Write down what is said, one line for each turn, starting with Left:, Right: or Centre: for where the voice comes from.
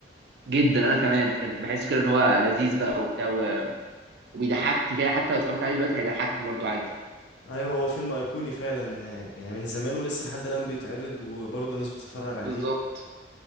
Right: جدا انا كمان كنت بحس كده ان هو لذيذ بقى وبتاع وبيضحكني كده حتى لو اتفرجت عليه دلوقتي هيضحكني برضو عادي
Left: ايوه هو فيلم ايقوني فعلا آه، يعني من زمان ولسه لحد الان بيتعرض وبرضه الناس بتتفرج عليه
Right: بالظبط